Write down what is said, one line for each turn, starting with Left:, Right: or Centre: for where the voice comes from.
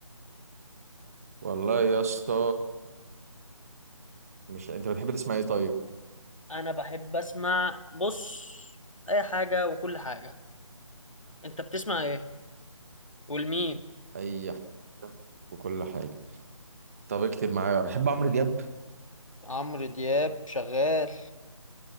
Right: والله يا اسطى مش انت بتحب تسمع ايه طيب
Left: انا بحب اسمع بص اي حاجة وكل حاجة انت بتسمع ايه والمين
Right: اي حاجه وكل حاجه طب اكتب معايا بقى بحب عمرو دياب
Left: عمرو دياب شغال